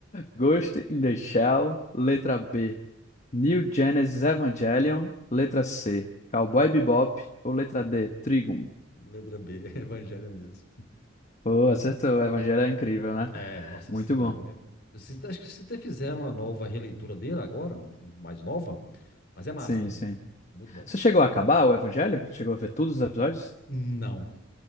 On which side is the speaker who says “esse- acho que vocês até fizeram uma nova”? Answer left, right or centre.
Left